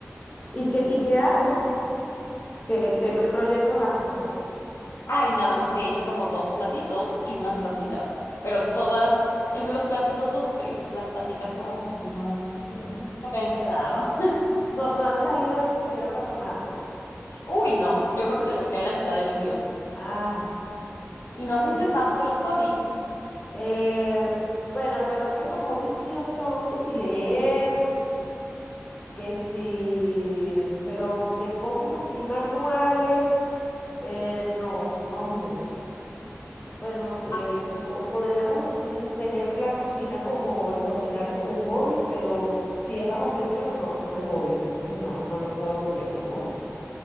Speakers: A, on the left; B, on the left.
A: ¿Y qué, y qué haces? ¿Qué, qué,
B: No,
A: qué
B: pues,
A: proyectos haces pues?
B: ay, nada más he hecho como dos platitos y unas tacitas, pero todas, el- los platitos dos, tres, las tacitas como que sí, no,
A: <laughs>
B: no me han quedado.
A: No, no han salido ni siquiera para tomar.
B: Uy, no, yo creo que se les cae la mitad del líquido.
A: Ay,
B: ¿Y no has
A: es
B: intentado otros hobbies?
A: Eh, bueno, pero es que los hobbies míos son que si leer, que si, pero de cosas así manuales, eh, no, no mucho. Bueno, eh,
B: Claro.
A: po- podríamos mm, tener la cocina como, el cocinar como un hobby, pero si es bajo presión, no, no es hobby. Entonces no, no lo puedo poner como hobby.